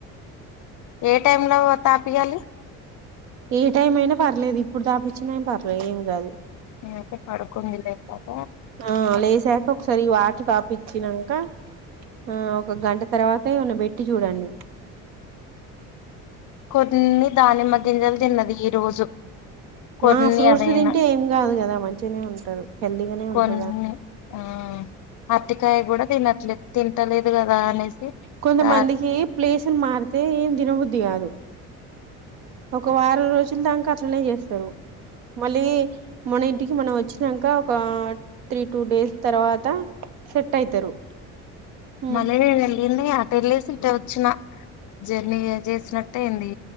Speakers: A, on the left (about 50°); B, on the right (about 75°).
A: ఏ టైమ్ లో తాపియాలి.
B: ఏ టైం అయినా పర్లేదు ఇప్పుడు తాపచ్చిన పర్లేదు ఏం కాదు.
A: నేనైతే పడుకుంది లే పాప
B: ఆ లేసాక ఒకసారి వాటర్ తపి వచ్చినంక ఆ ఒక గంట. తర్వాత ఏమన్న పెట్టి చూడండి.
A: కొన్ని దానిమ్మ గింజలు తిన్నది ఈ రోజు కొన్ని
B: ఆ ఫ్రూట్స్
A: అదైనా
B: తింటే ఏం కాదు కదా మంచిగానే ఉంటారు హెల్దీగానే
A: కొన్ని
B: ఉంటరూ కదా.
A: ఆ అరటికాయ కూడా తినట్లేదు తింటలేదు కదా. అనేసి
B: కొంతమందికి
A: ఆ
B: ప్లేసులు మారితే ఏ తినబుద్ధి కాదు. ఒక వారం రోజుల దాక అట్లనే చేస్తారు. మళ్ళీ మన ఇంటికి మనం వచ్చాక ఒక త్రీ టూ డేస్ తర్వాత సెట్ అయితారు ఉమ్
A: అటు వెళ్ళింది. అంటే వచ్చిన జర్నీ చేసినట్టే ఏంది